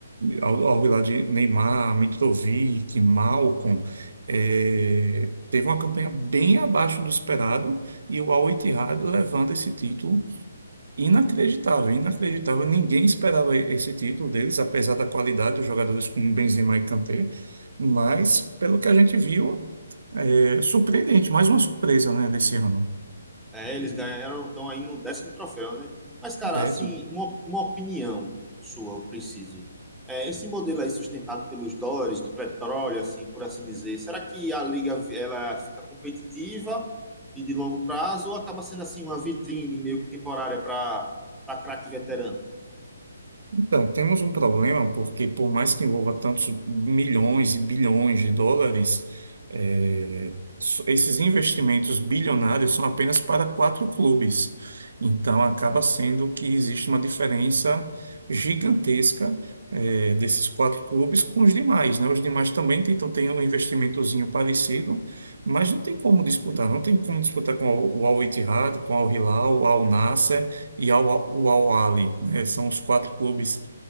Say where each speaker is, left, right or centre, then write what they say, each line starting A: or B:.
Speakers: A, on the right; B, in the centre.
A: Al- Al-Hilal de Neymar, Mitrovic, Malcom. eh, teve uma campanha bem abaixo do esperado e o Al-Ittihad levando esse título inacreditável, inacreditável. Ninguém esperava esse título deles, apesar da qualidade dos jogadores como Benzema e Kanté, mas pelo que a gente viu. É surpreendente, mais uma surpresa, né, desse ano.
B: É, eles ganharam, estão aí no décimo troféu, né? Mas, cara,
A: 10.
B: assim, uma, uma opinião sua, eu preciso. É, esse modelo aí sustentado pelos dólares, do petróleo, assim, por assim dizer, será que a liga ela fica competitiva e de longo prazo ou acaba sendo assim uma vitrine meio que temporária para craque veterano?
A: Então, temos um problema porque, por mais que envolva tantos milhões e bilhões de dólares, eh, so- esses investimentos bilionários são apenas para quatro clubes. Então, acaba sendo que existe uma diferença gigantesca, eh, desses quatro clubes com os demais, né? Os demais também tentam ter um investimentozinho parecido, mas não tem como disputar. Não tem como disputar com o Al Ittihad, com o Al Hilal, o Al Nasser e ao- o Al Ahly. É, são os quatro clubes